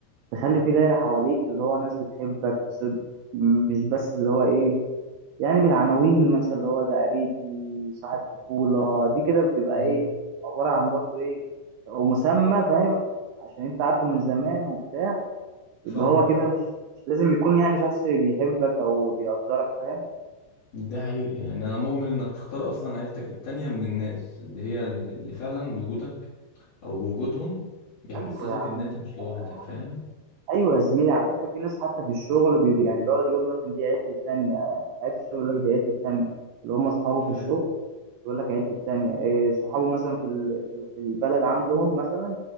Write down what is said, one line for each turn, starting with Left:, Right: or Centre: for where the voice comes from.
Right: تخلي في دايرة حواليك اللي هو ناس بتحبك بصدق م- مش بس اللي هو ايه يعني بالعناوين مثلا اللي هو ده قريبي صاحب طفولة دي كده بتبقى
Left: امم
Right: ايه عبارة عن برضه ايه ومسمى فاهم عشان انت عارفه من زمان وبتاع
Left: فاهمة
Right: يبقى هو كده مش مش لازم يكون يعني شخص بيحبك او بيقدرك فاهم
Left: ده حقيقي يعني انا مؤمن انك تختار اصلا عيلتك التانية من الناس اللي هي اللي فعلا وجودك او وجودهم بيحسسك
Right: ايوه يا عم
Left: ان انت مش لوحدك
Right: ايوه يا
Left: فاهم
Right: عم. ايوه يا زميلي على فكرة في ناس حتى في الشغل بي يعني بيقعد يقول مثلا دي عيلتي التانية يعني حياة الشغل يقول لك دي عيلتي التانية اللي هم اصحابه
Left: فاهم
Right: في الشغل يقول لك عيلته التانية إيه صحابه مثلا في ال- في في البلد عندهم مثلا